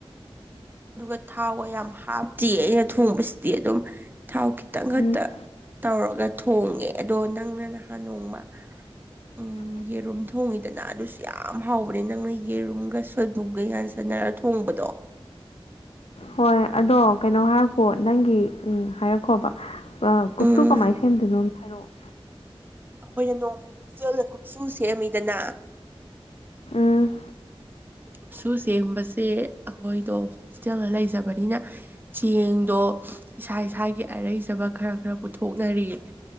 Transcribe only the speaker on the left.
ꯎꯝ
ꯎ
ꯍꯣꯏ ꯑꯗꯣ ꯀꯩꯅꯣ ꯍꯥꯏꯔꯛꯄꯣ ꯅꯪꯒꯤ ꯎꯝ ꯍꯥꯏꯔꯛꯈꯣꯕ ꯀꯨꯞꯁꯨ
ꯀꯃꯥꯏꯅ ꯁꯦꯝꯗꯣꯏꯅꯣꯅ ꯍꯥꯏꯔꯛꯑꯣ
ꯎꯝ